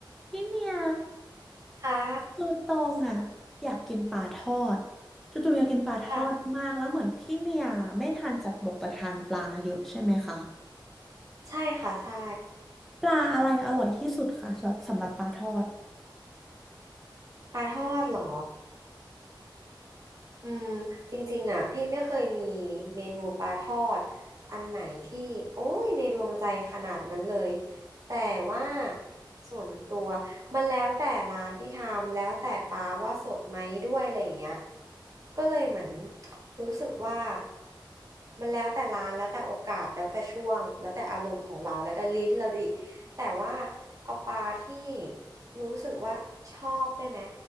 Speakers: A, in the centre; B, on the right (about 40°).
A: พี่เมีย
B: ค่ะ
A: คือตองอ่ะอยากกินปลาทอดจู่ๆอยากกินปลาทอดมากแล้วเหมือนพี่เมียไม่ทานสัตว์บกแต่ทานปลาเยอะใช่ไหมคะ
B: ค่ะ ใช่ค่ะใช่
A: ปลาอะไรอร่อยที่สุดคะสำหรับสำหรับปลาทอด
B: ปลาทอดเหรอ อืมจริงๆอ่ะพี่ไม่เคยมีเมนูปลาทอดอันไหนที่โอ้ยในดวงใจขนาดนั้นเลยแต่ว่าส่วนตัวมันแล้วแต่ร้านที่ทำแล้วแต่ปลาว่าสดไหมด้วยอะไรอย่างเงี้ยก็เลยเหมือนรู้สึกว่ามันแล้วแต่ร้านแล้วแต่โอกาสแล้วแต่ช่วงแล้วแต่อารมณ์ของเราแล้วแต่ลิ้นเราอีกแต่ว่าเอาปลาที่รู้สึกว่าชอบได้ไหม